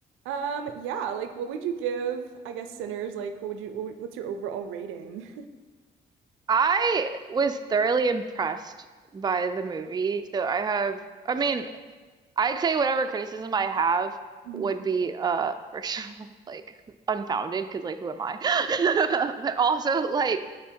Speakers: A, on the right; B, on the right.
A: Um, yeah, like what would you give, I guess, Sinners? Like, what would you, what, would- what's your overall rating?
B: I was thoroughly impressed by the movie. So I have, I mean, I'd say whatever criticism I have
A: hmm
B: would be, uh, <laughs> first of all, like unfounded because, like, who am I? <laughs> But also, like,